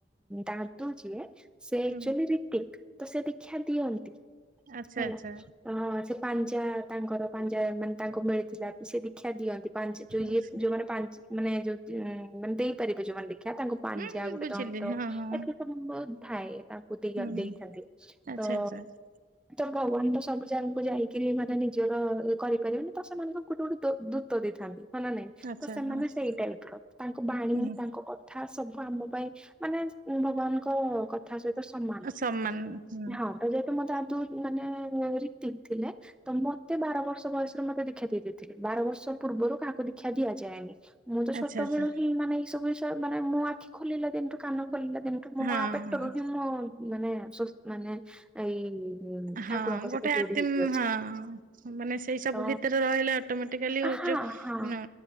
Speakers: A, in the centre; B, on the right (about 50°).
A: ଦାଦୁ ଯିଏ ସେ
B: ହୁଁ
A: ଅକ୍ଚୁଲି ରି <unintelligible> ତ ସେ ଦିକ୍ଷା ଦିଅନ୍ତି
B: ଆଚ୍ଛା
A: ହେଲା
B: ଆଚ୍ଛା
A: ତ ସେ ପଞ୍ଜା ତାଙ୍କର ପାଞ୍ଜା ମାନେ ତାଙ୍କୁ ମିଳିଥିଲା ସେ ଦୀଖା ଦିଅନ୍ତି। ପଞ୍ଜ ଯ ଇଏ
B: ଆଚ୍ଛା
A: ଯୋଉମାନେ ପା ମାନେ ଯୋଉ ମାନେ ଦେଇପାରିବେ ଯୋଉମାନେ ଦିକ୍ଷା ତାଙ୍କୁ ପାଞ୍ଜା
B: ହୁଁ ହୁଁ
A: ଆଉ ଗୋଟେ
B: ବୁଝିଲି
A: ଦଣ୍ଟ।
B: ହଁ
A: <unintelligible>
B: ହଁ
A: ତାଙ୍କୁ ଦେଅ
B: ହଁ ହୁଁ
A: ଦେଇଛନ୍ତି
B: ଆଚ୍ଛା
A: ତ
B: <inaudible>
A: ତ ଭଗବାନ ତ ସବୁଜାଗାକୁ ଯାଇକିରି ମାନେ ନିଜର କରିପାରିବେନି ତ ସେମାନଙ୍କୁ ଗୋଟେ ଗୋଟେ ଦୂତ ଦେଇଥାନ୍ତି। ହ ନା ନାଇଁ
B: ଆଚ୍ଛା
A: ତ ସେମାନେ
B: ଆଚ୍ଛା
A: ସେଇ ଟାଇପ୍ ର ତାଙ୍କ ବାଣୀ
B: ହୁଁ
A: ତାଙ୍କ କ ଥା ସବୁ ଆମ ପାଇଁ ମାନେ ଭଗବାନଙ୍କ କଥା ସହିତ ସମାନ।
B: ସମ୍ମାନ
A: ହଁ ତ ଯେହେତୁ ମୋ ଦାଦୁ ମାନେ <unintelligible> ଥିଲେ ତ ମତେ ବାର ବର୍ଷ ବୟସ ମତେ ଦେଖା ଦେଇଥିଲେ ବାର ବର୍ଷ ପୂର୍ବରୁା କାହାକୁ ଦିକ୍ଷା ଦିଆଯାଏନି। ମୁଁ ତ ଛୋଟବେଳୁ
B: ଆଚ୍ଛା ଆଚ୍ଛା
A: ହିଁ ମାନେ ଏଇ ସବୁ ଜିନିଷ ମାନେଁ ଆଖି ଖୋଲଲା ଦିନଠୁ କାନ ଖୋଲିଲା ଦିନଠୁ ମୋ
B: ହଁ
A: ମା ପେଟରୁ ହିଁ ମୋ ମାନେସ୍ ମାନେ ଏଇ
B: ହଁ
A: ଠାକୁରଙ୍କ
B: ଗୋଟେ
A: ସହିତ ଯୋଡି
B: ଆତି
A: ହେଇକି ଅଛି।
B: ହଁ ମାନେ ସେଇ ସବୁ
A: ତ
B: ଭିତରେ ରହିଲେ ଅ ଟୋମେଟିକାଲି ହଉଛୁ
A: ହଁ
B: ହୁଁ।
A: ହଁ